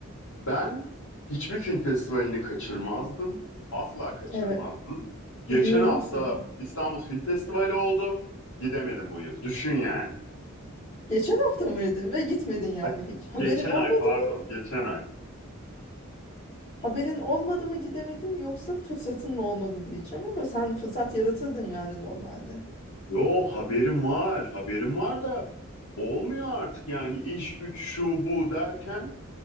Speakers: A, on the left; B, on the left.
A: ben hiçbir film festivalini kaçırmazdım. Asla kaçırmazdım.
B: evet
A: Geçen
B: biliyorum
A: hafta
B: seni.
A: İstanbul Film Festivali oldu. Gidemedim bu yıl. Düşün yani.
B: Geçen hafta mıydı ve gitmedin yani
A: Ay,
B: hiç. Haberin
A: Geçen
B: olmadı
A: ay pardon, geçen ay.
B: Haberin olmadı mı gidemedin yoksa fırsatın mı olmadı diyeceğim ama sen fırsat yaratırdın yani normalde.
A: Yo haberim var, haberim var da olmuyor artık yani iş güç şu bu derken